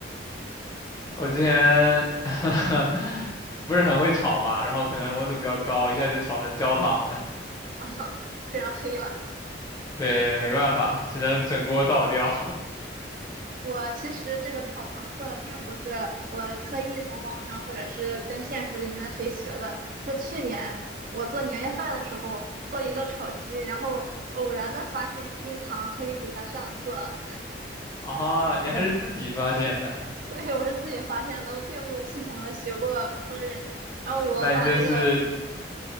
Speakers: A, on the left; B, on the right.
A: 我之前 <laughs> 不是很会炒嘛，然后可能温度比较高，一下就炒成焦糖了。
B: <laughs> 非常黑了。
A: 对对，没办法，只能整锅倒掉。
B: 我其实这个炒糖色并不是我特意从网上或者是跟现实里面的谁学的，是去年我做年夜饭的时候做一个炒鸡，然后偶然的发现冰糖可以给它上色。
A: <laughs> 啊，你还是自己发现的，
B: <laughs> 对，我是自己发现的，我并没有系统的学过烹饪。然后我把那个
A: 那你真是